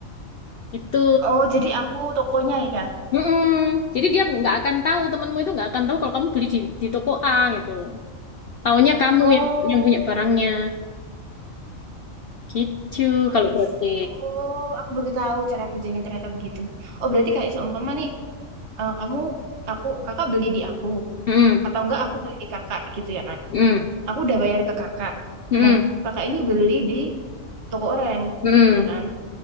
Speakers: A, on the left; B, on the right.
A: Itu
B: Oh, jadi aku tokonya ya.
A: Mm-mm. Jadi dia nggak akan tahu temenmu itu nggak akan tahu kalau kamu beli di, di toko A gitu. Taunya kamu
B: Oh,
A: yang, yang punya barangnya gitu kalau
B: I
A: berarti.
B: s- Oh, aku baru tahu cara kerjanya ternyata begitu. Oh, berarti kayak seumpama nih, eh, kamu, aku, kakak beli di aku,
A: Mm-mm.
B: atau enggak aku beli di kakak gitu ya kan?
A: Mm-mm.
B: Aku udah bayar ke kakak.
A: Mm-mm.
B: Nah, kakak ini beli di toko oren,
A: Mm-mm.
B: ya kan?